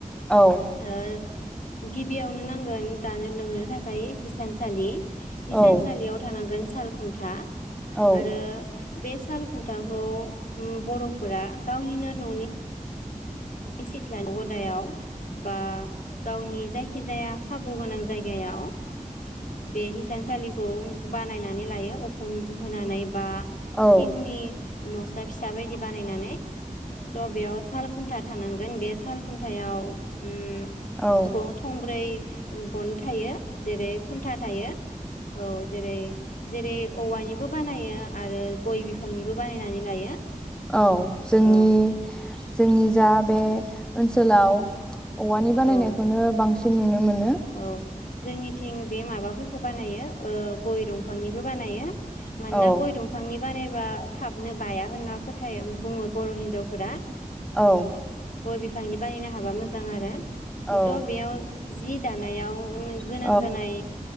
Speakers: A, in the centre; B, on the left.
A: औ
B: ओ गिबियावनो नांगोन दानो लुनो थाखाय हिसानसालि हिसानसालियाव
A: औ
B: थानांगोन सालखुन्था
A: औ
B: आरो बे सालखुन्थाखौ उ बर'फोरा गावनिनो न' <unintelligible> नि सिथ्लानि गदायाव बा गावनि जाय खिजाया खाबु गोनां जायगायाव बे हिसान सालिखौ बानायनानै लायो उखुम होनानै बा
A: औ
B: थिंनि नसा फिसा बायदि बानायनानै थ' बेयाव साल खुन्था थानांगोन बे साल खुन थायाव उम
A: औ
B: ग थंब्रै गन थायो जेरै खुन्था थायो औ जेरै जेरै औवानिबो बानायो आरो गय बिफांनिबो बानायनानै लायो।
A: औ जोंनि
B: औ
A: जोंनि जा बे ओनसोलाव औवानि
B: औ
A: बानायनायखौनो बांसिन नुनो मोन
B: औ जोंनिथिं बे माबाफोर खौ बानायो ओ गय दंफांनिबो बानायो। मानोना
A: औ
B: गय दंफांनि बानायबा थाबनो बाया होनना फोथाय बुङो बर हिनजावफोरा।
A: औ
B: गय बि फांनि बानायनो हाबा मोजां आरो
A: औ
B: द' बेयाव जि दानायाव गोन गोनां
A: औ
B: जानाय